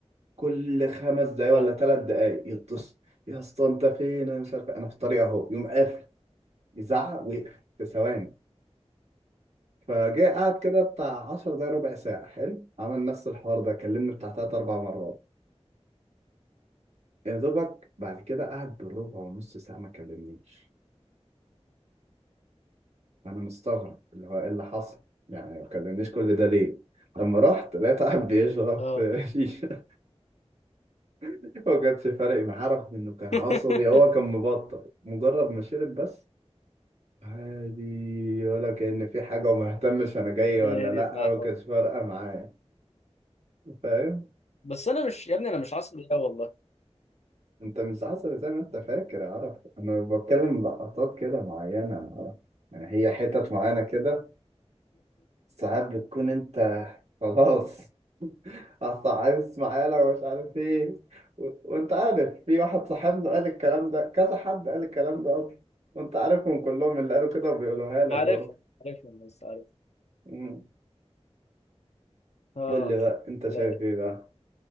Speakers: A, on the right; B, on the left.
A: كل خمس دقايق
B: اه
A: ولا ثلاث دقايق يتصل يا اسطى انت فين انا مش عارف انا في الطريق اهو يقوم قافل يزعق ويقفل في ثواني فجاء قعد كده بتاع 10 دقايق ربع ساعة حلو عمل نفس الحوار ده كلمني بتاع تلات أربع مرات يا دوبك بعد كده قعد بالربع ونص ساعة ما كلمنيش أنا مستغرب اللي هو إيه اللي حصل يعني ما كلمنيش كل ده ليه لما رحت لقيت قاعد بيشرب
B: <laughs> اه
A: <laughs> شيشة ما كانش فارق معاه رغم إنه كان
B: <laughs>
A: عصبي هو كان مبطل مجرد ما شرب بس عادي ولا كأن في حاجة وما اهتمش أنا جاي
B: الدنيا
A: ولا
B: هديت
A: لأ
B: معايا
A: ما
B: خالص
A: كانش فارقة معايا فاهم؟
B: بس انا مش يا ابني انا مش عصبي قوي والله
A: انت مش عسل زي ما انت فاكر يا عرف انا بتكلم لقطات كده معينة يا عرف. يعني هي حتت معينة كده ساعات بتكون انت خلاص اصل عايز معانا ومش عارف ايه و... وانت عارف في واحد صاحبنا قال الكلام ده كذا حد قال الكلام ده اصلا وانت عارفهم كلهم
B: <laughs>
A: اللي قالوا كده بيقولوها لك
B: عارفها
A: برضه
B: عارفها بس عارف
A: مم.
B: اه
A: قول لي بقى انت
B: لا
A: شايف
B: لا
A: ايه بقى